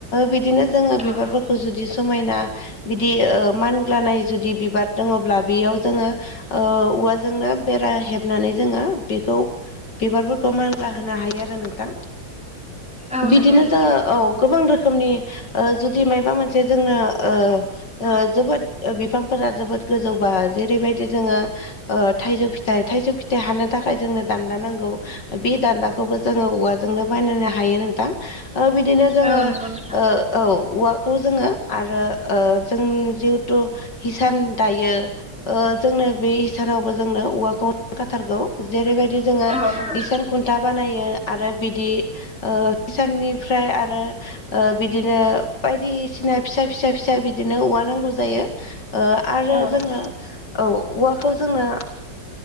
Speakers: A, on the left; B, in the centre.
A: बिदिनो जोङो बिबारफोरखौ
B: औ
A: जुदि समायना बिदि मान लानाय जुदि बिबार दङब्ला बेयाव जोङो ओ औवाजोंनो बेरा हेबनानै जोङो बेखौ बिबारफोरखौ मानला होनो हायो आरो नोंथां
B: औ
A: बिदिनो
B: नंगौ नोंथां
A: जोङो औ गोबां रोखोमनि ओ जुदि माबा मोनसे जोंनो ओ ओ जोबोद बिफांफोरा जोबोद गोजौबा जेरैबायदि जोङो ओ थाइजौ फिथाइ थाइजौ फिथाइ हानो थाखाय जोंनो दान्दा नांगौ बे दान्दाखौबो जोङो औवाजोंनो बानायनो हायो नोंथां ओ बिदिनो जोङो
B: औ नंगौ नोंथां
A: ओ औ औवाखौ जोङो आरो ओ जों जिहेथु हिसान दायो ओ जोंनो बे सानावबो जोंनो औवाखौ नांखाथारगौ जेरैबायदि जोङो
B: औ नंगौ
A: इसान खुनथा बानायो आरो बिदि हिसाननिफ्राय आरो ओ बिदिनो बायदिसिना फिसा फिसा फिसा बिदिनो औवा नांगौ जायो आरो
B: औ
A: जोंनो
B: नंगौ
A: औ औवाखौ लं-लंजोंनो